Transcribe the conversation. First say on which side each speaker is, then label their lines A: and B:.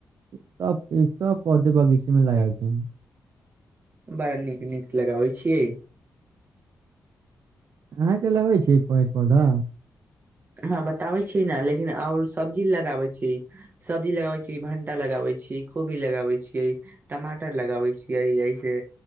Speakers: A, on the right; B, on the right.
A: सब सब पौधे बगीचामे लगा छै
B: बड़ा नीक नीक लगाबै छियै
A: अहाँके लगै छै पेड़ पौधा
B: हँ बताबैत छीयै ने लेकिन आओर सब्जी लगाबैत छीै सब्जी लगाबैत छीयै भण्टा लगाबैत छीयै कोबी लगाबैत छियै टमाटर लगाबैत छियै ऐसे